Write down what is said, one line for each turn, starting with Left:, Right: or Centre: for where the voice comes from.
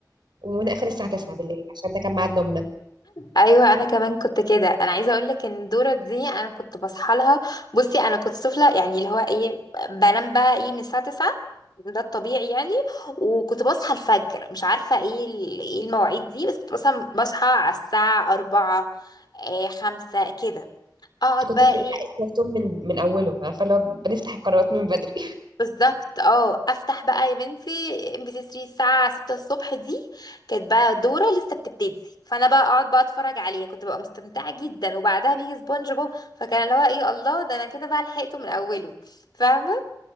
Right: ونقفل الساعة 9 بالليل عشان ده كان ميعاد نومنا
Left: ايوه انا كمان كنت كده انا عايزه اقول لك ان دورة دي انا كنت بصحى لها بصي انا كنت طفله يعني اللي هو ايه بنام بقى ايه من الساعه 9 ده الطبيعي يعني وكنت بصحى الفجر مش عارفه ايه ال- ايه المواعيد دي بس كنت مثلا بصحى على الساعه 4 آه 5 كده اقعد
Right: كنت كنت
Left: بقى
Right: بنلحق
Left: ايه
Right: الكرتون من من اوله عارفة لو بنفتح القنوات من بدري
Left: بالظبط اه افتح بقى يا بنتي ام بي سي 3 الساعه 6 الصبح دي كانت بقى دوره لسه بتبتدي فانا بقى اقعد بقى اتفرج عليها كنت ببقى مستمتعه جدا وبعدها بيجي سبونج بوب فكان اللي هو ايه الله ده انا كده بقى لحقته من اوله فاهمه